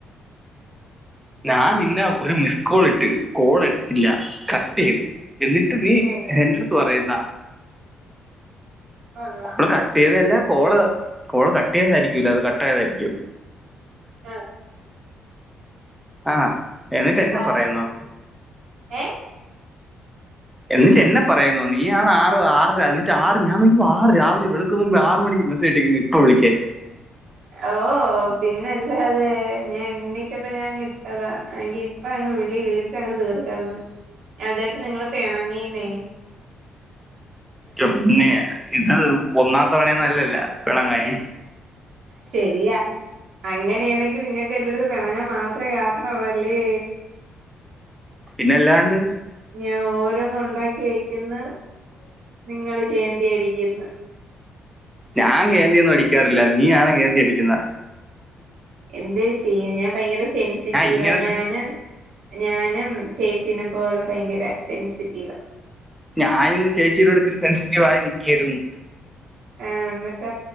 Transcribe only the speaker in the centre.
ഞാൻ നിന്ന ഒരു മിസ്കോൾ ഇട്ട് കോൾ എടുത്തില്ല കട്ട് ചെയ്തു എന്നിട്ട് നീ
എറ്റടുത്ത് പറയുന്നാ.
നമ്മള് കട്ട് ചെയ്തല്ല കോള് കോള് കട്ട് ചെയ്തായിരിക്കില്ല അത് കട്ട് ആയതായിരിക്കും.
ആഹ എന്നിട്ട്ന്നെ
പറയുന്നോ
എന്നിട്ട് എന്നെ പറയുന്നു നീ ആണ് ആറ് ആറര അതി.. മറ്റ ആറ് ഞാൻ നോക്കിപ്പോ ആറ് രിലെളുക്ക് മുൻപ് ആറ് മണിക്ക് മസ്സ ആട്ടിരിക്കുന്നു ഇപ്പൊ വിളിക്കേ..
ഉ
ഇപ്പൊ പിന്നെ
ഇത് ഒന്നാ തവണയന്ന നല്ലല്ല പെണങ്ങാൻ..
പിന്നെ എല്ലാണ്ട്
ഞാൻ കേന്തിൊന്നും അടിക്കാറില്ല നീയാണ് കേന്തി അടിക്കുന്ന
ഇങ്ങനത്തെ
ഞാൻ ഇന്ന് ചേച്ചിയിലോട് ഇത്തിരി സെൻസിറ്റീവ് ആയി നൽക്കയായിരുന്നു.